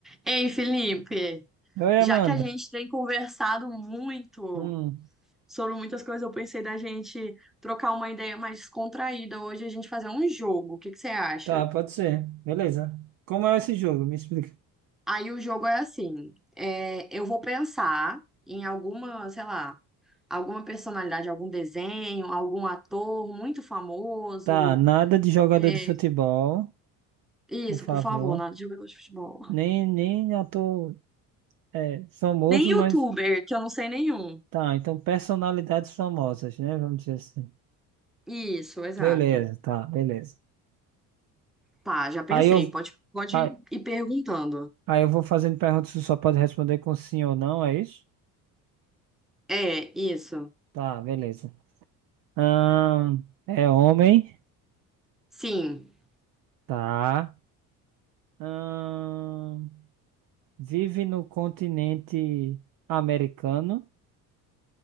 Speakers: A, in the centre; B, on the right.
A: Ei, Felipe,
B: Oi,
A: já
B: Amanda.
A: que a gente tem conversado muito
B: Hum,
A: sobre muitas coisas, eu pensei da gente trocar uma ideia mais descontraída hoje, a gente fazer um jogo. O que que você acha?
B: tá, pode ser. Beleza. Como é esse jogo? Me explica.
A: Aí o jogo é assim: é, eu vou pensar em alguma, sei lá, alguma personalidade, algum desenho, algum ator muito famoso.
B: Tá, nada de jogador
A: É,
B: de futebol,
A: isso,
B: por favor.
A: por favor, nada de jogador de futebol.
B: Nem, nem ator é, famoso,
A: Nem youtuber,
B: mas
A: que eu não sei nenhum.
B: tá. Então, personalidades famosas, né? Vamos dizer assim.
A: Isso, exato.
B: Beleza, tá, beleza.
A: Tá, já pensei.
B: Aí eu,
A: Pode, pode
B: aí,
A: ir perguntando.
B: aí eu vou fazendo perguntas, você só pode responder com sim ou não, é isso?
A: É, isso.
B: Tá, beleza. Ahn, é homem?
A: Sim,
B: Tá. Ahn, Vive no continente americano,